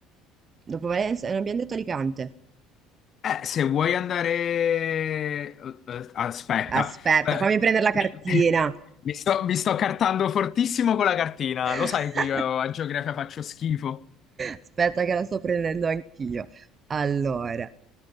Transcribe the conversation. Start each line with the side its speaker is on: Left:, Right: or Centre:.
Right: Dopo Valencia, non abbiamo detto Alicante.
Left: Eh, se vuoi andare... eh, eh, Aspetta.
Right: Aspetta,
Left: Eh,
Right: fammi prendere la cartina.
Left: mi, <laughs> mi sto, mi sto cartando fortissimo con la cartina. Lo
Right: <laughs>
Left: sai che io a geografia faccio schifo.
Right: Aspetta che la sto prendendo anch'io. Allora,